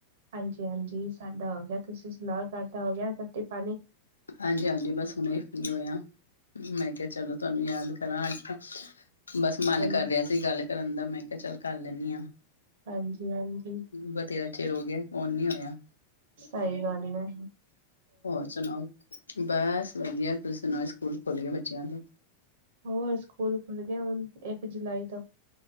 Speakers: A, on the right; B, on the left.
A: ਹਾਂਜੀ, ਹਾਂਜੀ ਸਾਡਾ ਹੋ ਗੇਆ, ਤੁਸੀਂ ਸੁਣਾਓ ਤਾਡਾ ਹੋ ਗੇਆ ਰੋਟੀ- ਪਾਣੀ।
B: ਹਾਂਜੀ, ਹਾਂਜੀ ਬਸ ਹੁਣੇ ਈ ਫਰੀ ਹੋਏ ਆਂ, ਮੈਂ ਕੇਆ ਚਲੋ ਤਾਨੂੰ ਯਾਦ ਕਰਾਂ ਅੱਜ। ਬਸ
A: ਹਾਂ
B: ਮਨ ਕਰ ਰੇਆ ਸੀ ਗੱਲ ਕਰਨ ਦਾ, ਮੈਂ ਕੇਆ ਚੱਲ ਕਰ ਲੇਂਨੀ ਆਂ।
A: ਹਾਂਜੀ ਹਾਂਜੀ
B: ਬਥੇਰਾ ਚਿਰ ਹੋ ਗੇਆ, ਫੌਣ ਨੀ ਹੋਏਆ।
A: ਸਈ ਗੱਲ ਐ।
B: ਹੋਰ ਸੁਣਾਓ ਬਸ ਵਦੀਆ, ਤੁਸੀਂ ਸੁਣਾਓ ਸਕੂਲ ਖੁੱਲ ਗਏ ਬੱਚੇਆਂ ਦੇ,
A: ਹੋਰ ਸਕੂਲ ਖੁੱਲ ਗਏ ਹੁਣ ਇੱਕ ਜੁਲਾਈ ਤੋ।